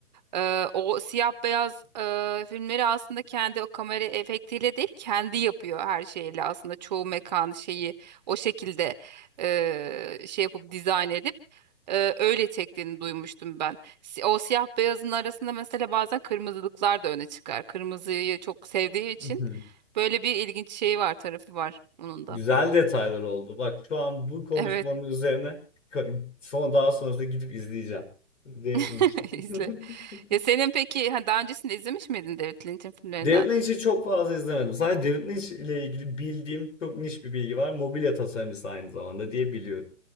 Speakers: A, on the right; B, on the left.
A: E, o siyah beyaz e, filmleri aslında kendi o kamera efektiyle değil kendi yapıyor her şeyle aslında çoğu mekan şeyi o şekilde e, şey yapıp dizayn edip e, öyle çektiğini duymuştum ben. Si- O siyah beyazın arasında mesela bazen kırmızılıklar da öne çıkar. Kırmızıyı çok sevdiği için.
B: <laughs>
A: Böyle bir ilginç şey var, tarafı var onun
B: Güzel
A: da.
B: detaylar oldu. Bak şu an bu konuşmanın
A: Evet,
B: üzerine ka- son daha sonrasında gidip izleyeceğim. David Lynch.
A: <laughs>
B: <laughs>
A: izle. Ya senin peki ha, daha öncesinde izlemiş miydin David Lynch'in filmlerinden?
B: David Lynch'i çok fazla izlemedim. Sadece David Lynch ile ilgili bildiğim çok niş bir bilgi var. Mobilya tasarımcısı aynı zamanda diye biliyorum.